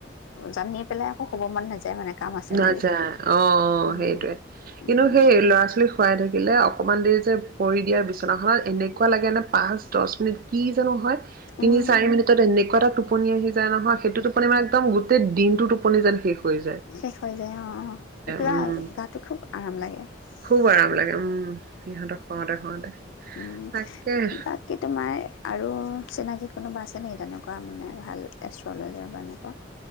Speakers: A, on the left; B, on the right.
A: জানি পেলাই আকৌ শুব মন নাযায় মানে কাম আছে
B: নাযায়,
A: বুলি।
B: অ অ
A: উম,
B: সেইটয়ে
A: উম,
B: কিন্তু সেই ল'ৰা ছোৱালী শুৱাই থাকিলে অকণমান দেৰি যে পৰি দিয়া বিচনাখনত এনেকুৱা লাগে ন পাঁচ দহ মিনিট কি জানো হয়
A: উম,
B: তিনি চাৰি মিনিটত এনেকুৱা এটা টো টোপনি আহি যায় নহয় সেইটোতো পৰিমাণ একম তে দিনটো টোপনি যোন শেষ হৈয়
A: শেষ হৈ যায় অ অ কিবা
B: উম,
A: গাটো খুব আৰাম লাগে
B: খুব আৰাম
A: উ
B: লাগে উম, সিহঁতক শুৱাওতে শুৱাওতে
A: উ
B: তাকে।
A: বাকী তোমাৰ আৰু চিনাকী কোনোবা আছে নেকি তেনেকুৱা মানে ভাল এষ্ট্ৰলজাৰ বা এনেকুৱা